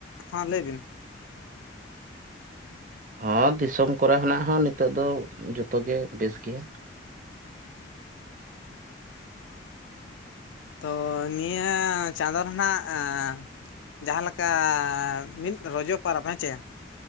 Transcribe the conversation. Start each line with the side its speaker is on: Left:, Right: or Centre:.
Left: ᱦᱚᱸ ᱞᱟᱹᱭ ᱵᱤᱱ?
Right: ᱦᱚᱸ ᱫᱤᱥᱚᱢ ᱠᱚᱨᱮᱱᱟᱜ ᱦᱚᱸ ᱱᱤᱛᱚᱜ ᱫᱚ ᱡᱚᱛᱚᱜᱮ ᱵᱮᱥ ᱜᱮᱭᱟ᱾
Left: ᱻ <inaudible> ᱛᱚ ᱱᱤᱭᱟᱹ ᱪᱟᱸᱫᱚ ᱨᱮᱱᱟᱜ ᱮ ᱡᱟᱦᱟᱸ ᱞᱮᱠᱟ ᱢᱤᱫ ᱨᱚᱡᱚ ᱯᱚᱨᱚᱵᱽ ᱦᱮᱸ ᱪᱮ